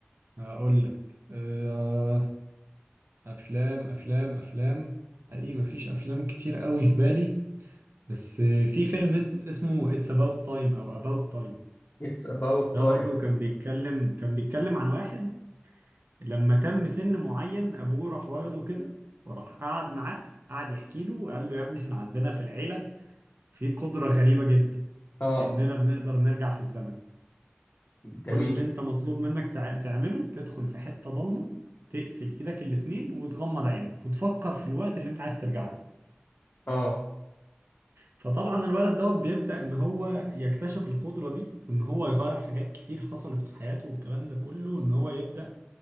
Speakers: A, on the right (about 60°); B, on the left (about 50°).
A: هقول لك آه، افلام افلام افلام حقيقي مفيش افلام كتير قوي في بالي بس في فيلم اس- اسمه It's About Time او About Time
B: It's about
A: ده
B: time
A: برضو كان بيتكلم كان بيتكلم عن واحد لما تم سن معين ابوه راح واخده كده وراح قعد معاه قعد يحكي له وقال له يا ابني احنا عندنا في العيلة في قدرة غريبة جدا
B: اه
A: اننا بنقدر نرجع في الزمن
B: جميل
A: كل اللي انت مطلوب منك تع- تعمله تدخل في حتة ضلمة تقفل ايدك الاتنين وتغمض عينك وتفكر في الوقت اللي انت عايز ترجع له
B: اه
A: فطبعا الولد دوت بيبدأ ان هو يكتشف القدرة دي وان هو يغير حاجات كتير حصلت في حياته والكلام ده كله ان هو يبدأ